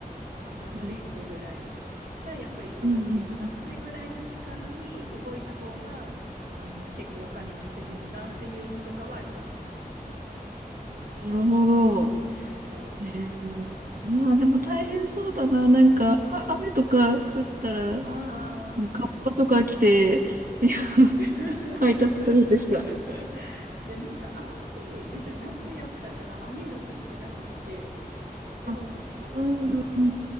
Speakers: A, on the right; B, on the right.
A: まあ、その前後ぐらいがやっぱ忙しいから、
B: はい。うんうんうん。
A: それぐらいの時間に動いた方があの結構お金稼げるなっていうのとかはありました。
B: なるほど。
A: そうそうそう。
B: へえ。いや、でも大変そうだな。なんか、あ、雨とか降ったら、
A: ああ。
B: うんカッパとか来て、<laughs> いや、
A: <laughs>
B: 配達するんですか。
A: いや、なんかあんまり、なんか夏やったから雨が降ってなくって、でももう天気
B: あ、うんうんうん。